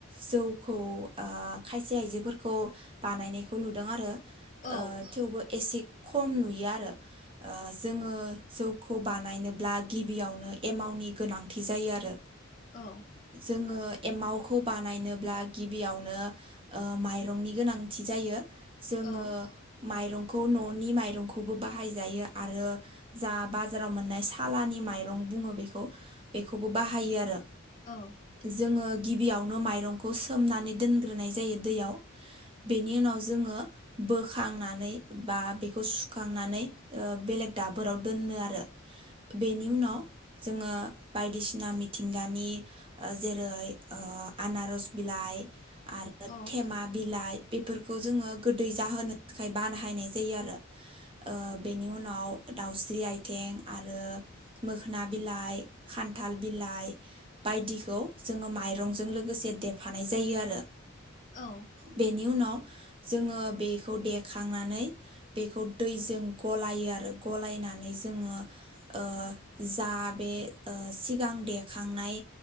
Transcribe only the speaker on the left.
औ
औ
औ
औ
<inaudible>
औ
औ औ